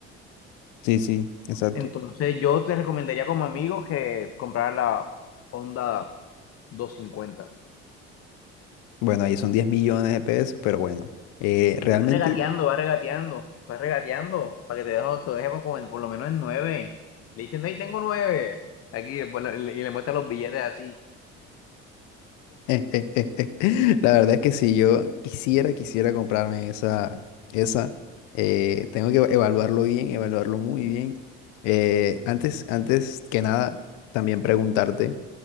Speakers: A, on the left; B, on the left.
A: sí, sí, exacto.
B: Entonces, yo te recomendaría como amigo que comprar la Honda 250.
A: Bueno, ahí son 10 millones de pesos, pero bueno, eh, realmente
B: Y va regateando, va regateando, va regateando, para que te dejo, te deje por, como en- por lo menos en nueve. Le dicen, no, ahí tengo nueve. Aquí, y le le- y le muestra los billetes así,
A: <laughs> La verdad es que si yo quisiera, quisiera comprarme esa, esa, eh, tengo que evaluarlo bien, evaluarlo muy bien. Eh, antes, antes que nada, también preguntarte